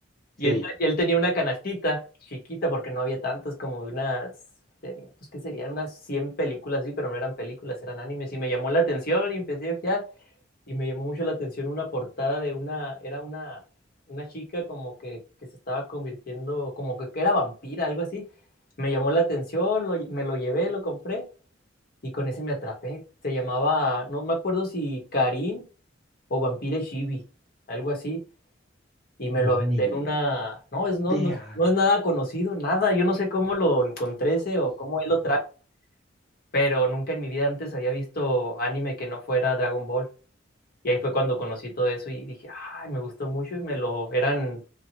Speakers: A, on the left; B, in the centre.
A: Y
B: Sí,
A: él, y él tenía una canastita chiquita porque no había tantas, como unas, tenía, pues que serían unas 100 películas, sí, pero no eran películas, eran animes. Y me llamó la atención y empecé a ojear. Y me llamó mucho la atención una portada de una, era una, una chica como que, que se estaba convirtiendo, como que, que era vampira, algo así. Me llamó la atención, lo- me lo llevé, lo compré. y con ese me atrapé. Se llamaba, no me acuerdo si Karin o Vampire Shibi, algo así. Y me
B: ni
A: lo aventé en una. No, es, no,
B: idea.
A: no, es no es nada conocido, nada. Yo no sé cómo lo encontré ese o cómo él lo trajo, pero nunca en mi vida antes había visto anime que no fuera Dragon Ball. Y ahí fue cuando conocí todo eso y dije, ay, me gustó mucho y me lo. Eran,